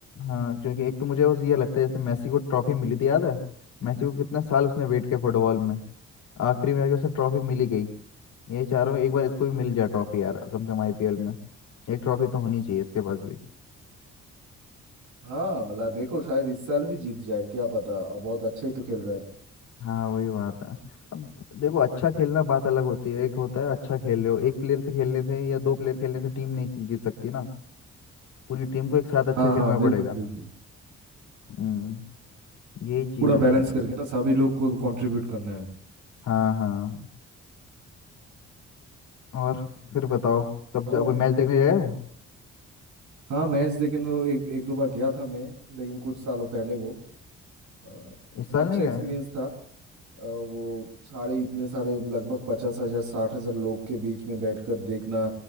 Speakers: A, on the left; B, on the right.
A: हाँ क्योंकि एक तो मुझे बस ये लगता है जैसे मेसी को ट्रॉफी मिली थी याद है मेसी को कितना साल उसने वेट किया फुटबॉल में आखिरी में जाके उसे ट्रॉफी मिली गई यही चाह रहा हूँ एक बार इसको भी मिल जाए ट्रॉफी यार कम से कम आईपीएल में एक ट्रॉफी तो होनी चाहिए इसके पास भी
B: हाँ भला देखो शायद इस साल भी जीत जाए क्या पता अ, बहुत अच्छा ही तो खेल रहा है
A: हाँ वही बात है अब देखो अच्छा खेलना बात अलग होती है एक होता है अच्छा खेल रहे हो एक प्लेयर से खेलने से या दो प्लेयर खेलने से टीम नहीं जीत सकती ना पूरी टीम को एक साथ अच्छा
B: हाँ
A: खेलना
B: हाँ
A: हम्म
B: बिल्कुल
A: पड़ेगा
B: बिल्कुल
A: हम्म यही चीज़
B: पूरा
A: है
B: बैलेंस करके ना सभी लोग को कंट्रीब्यूट करना है
A: हाँ हाँ और फिर बताओ कब
B: और
A: जाओ कोई मैच देखने गए हो
B: हाँ मैच देखने एक एक दो बार गया था मैं लेकिन कुछ सालों पहले वो अ,
A: इस साल
B: अच्छा
A: नहीं गए
B: एक्सपीरियंस था अ, वो सारे इतने सारे लगभग पचास हजार साठ हजार लोग के बीच में बैठकर देखना